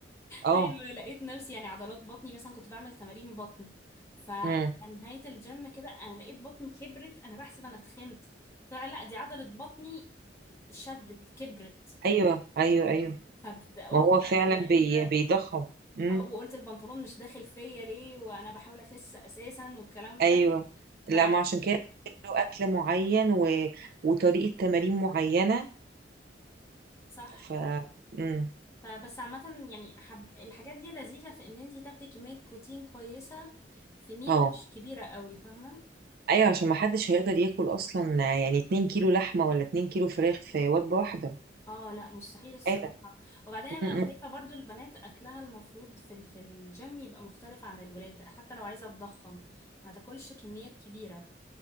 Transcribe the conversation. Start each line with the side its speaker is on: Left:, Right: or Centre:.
Right: اه
Left: ايوه لقيت نفسي يعني عضلات بطني مثلا كنت بعمل تمارين بطن فعلى
Right: مم.
Left: نهايه الجيم كده انا لقيت بطني كبرت انا بحسب انا اتخنت طلع لا دي عضله بطني شدت كبرت
Right: ايوه ايوه ايوه
Left: فقلت
Right: ما هو
Left: بقى
Right: فعلا
Left: انا ده
Right: بي
Left: ايه ده
Right: بيضخم امم
Left: اه وقلت البنطلون مش داخل فيا ليه وانا بحاول اخس اساسا والكلام
Right: ايوه
Left: ده ف
Right: لا ما عشان كده له اكل معين و... وطريقه تمارين معينه
Left: صح
Right: ف امم
Left: فبس عامة يعني حب... الحاجات دي لذيذة في ان انتي تاخدي كمية بروتين كويسة في ميل
Right: اه
Left: مش كبيرة قوي فاهمة
Right: ايوه عشان ما حدش هيقدر ياكل اصلا يعني 2 كيلو لحمه ولا 2 كيلو فراخ في وجبه واحده
Left: اه لا مستحيل الصراحة
Right: آلة
Left: وبعدين انا
Right: م-م.
Left: شايفة برضو البنات اكلها المفروض في ال- في الجيم يبقى مختلف عن الولاد حتى لو عايزة تضخم ما تاكلش كميات كبيرة